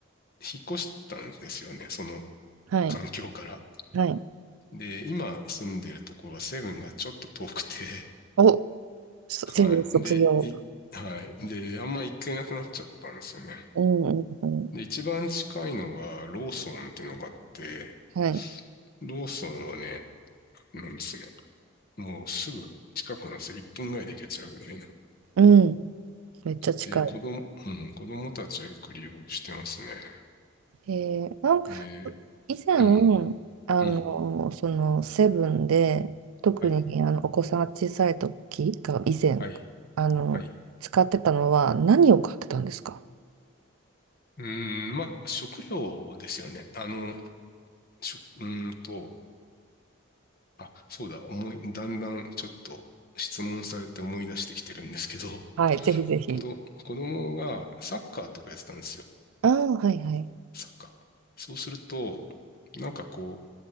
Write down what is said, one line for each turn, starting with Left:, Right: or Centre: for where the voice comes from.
Left: 引っ越したんですよね。その
Right: はい、
Left: 環境から。
Right: はい。
Left: で、今住んでるところはセブンがちょっと遠くて、
Right: お、
Left: <laughs>
Right: そ、
Left: はい。
Right: せ卒業。
Left: で、い、はい。で、あんま行けなくなっちゃったんですよね。
Right: うん、うん、うん。
Left: で、一番近いのがローソンっていうのがあって、
Right: はい。
Left: ローソンはね、なんですね。もうすぐ近くなんですよ。1分ぐらいで行けちゃうぐらいの。
Right: うん、めっちゃ近い。
Left: で、子供、うん、子供たちはよく利用してますね。
Right: えー、なんか
Left: で、
Right: 以前、
Left: うん、
Right: あの、
Left: うん、
Right: そのセブンで、特にあのお子さんが小さい時が以前、
Left: はい、はい、
Right: あの、
Left: はい。
Right: 使ってたのは何を買ってたんですか
Left: うーん、まあ、食料ですよね。あの、しょ、うーんと、あ、そうだ、思い、だんだんちょっと質問されて思い出してきてるんですけど、
Right: はい、ぜひぜひ。
Left: <laughs> 子ど、子供がサッカーとかやってたんですよ。
Right: ああ、はいはい。
Left: サッカー。そうすると、なんかこ